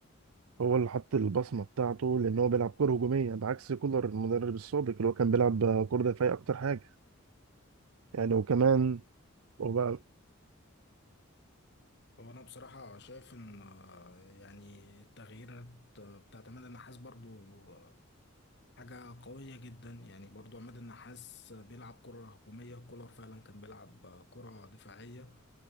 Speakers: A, on the right (about 85°); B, on the left (about 55°).
A: هو اللي حط البصمه بتاعته لان هو بيلعب كره هجوميه بعكس كولر المدرب السابق اللي هو كان بيلعب آه، كره دفاعيه اكتر حاجه يعني وكمان هو بقى
B: هو انا بصراحه شايف ان آه، يعني التغييرات آه، بتاعت عماد النحاس برضو آه، حاجه قويه جدا يعني برضو عماد النحاس بيلعب كره هجوميه كولر فعلا كان بيلعب آه، كره دفاعيه